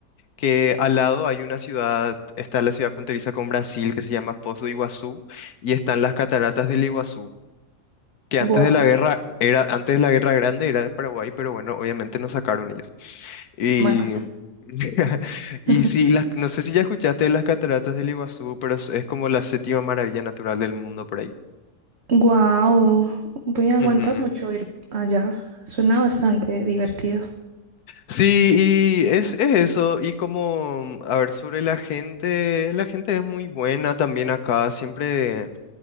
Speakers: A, on the left; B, on the right.
A: que al lado hay una ciudad, está la ciudad fronteriza con Brasil que se llama Foz do Iguazú y están las cataratas del Iguazú, que
B: Wow.
A: antes de la guerra era, antes de la Guerra Grande era de Paraguay, pero bueno, obviamente nos sacaron ellos. Y,
B: Manuel.
A: <laughs> y
B: <laughs>
A: sí, las- no sé si ya escuchaste de las cataratas del Iguazú, pero es, es como la séptima maravilla natural del mundo por ahí.
B: Guau, voy a aguantar
A: Ujú.
B: mucho ir allá. Suena bastante divertido.
A: Sí, y es, es eso, y como, a ver, sobre la gente, la gente es muy buena también acá, siempre,